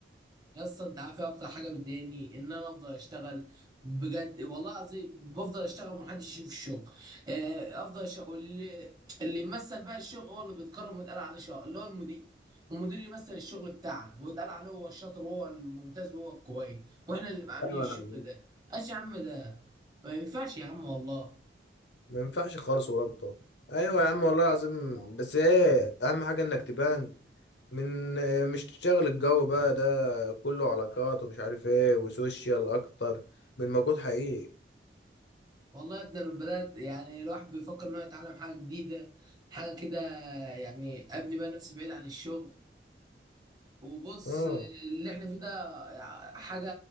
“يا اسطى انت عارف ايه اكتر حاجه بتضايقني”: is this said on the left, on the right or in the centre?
Right